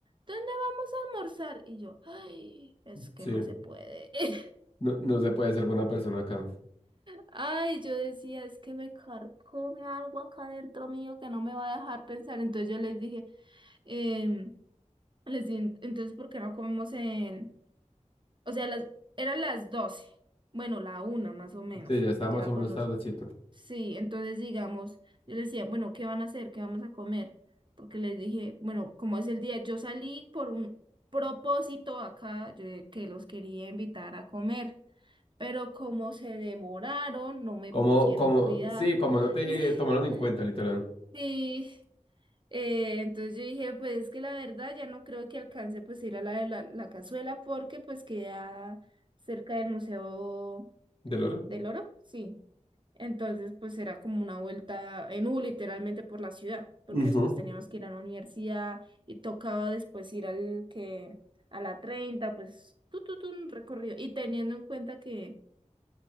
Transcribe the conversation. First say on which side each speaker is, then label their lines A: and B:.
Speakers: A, on the right (about 40°); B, on the left (about 45°).
A: ¿dónde vamos a almorzar? Y yo, ay, es que
B: Sí.
A: no se puede. <laughs>
B: No, no se puede ser buena persona acá.
A: Ay, yo decía, es que me carcome algo acá dentro mío que no me va a dejar pensar. Entonces yo les dije, em, les dije, entonces, ¿por qué no comemos en...? O sea, las, eran las 12 bueno, la una más o menos,
B: Sí, ya está
A: ya
B: más o menos
A: cuando...
B: tardecito.
A: Sí, entonces digamos, yo les decía, bueno, ¿qué van a hacer? ¿Qué vamos a comer? Porque les dije, bueno, como es el día, yo salí por un propósito acá, yo, de que los quería invitar a comer pero como se demoraron, no me
B: Como,
A: pusieron
B: como,
A: cuidado.
B: sí, como no te
A: <laughs>
B: tomaron en cuenta, literal.
A: Sí, eh, entonces yo dije, pues es que la verdad ya no creo que alcance pues ir a la de la, la cazuela porque pues queda cerca del Museo
B: ¿Del oro?
A: del Oro, sí. Entonces pues era como una vuelta en U literalmente por la ciudad, porque
B: Ujú.
A: después teníamos que ir a la universidad y tocaba después ir al que a la 30 pues tu tu tu un recorrido y teniendo en cuenta que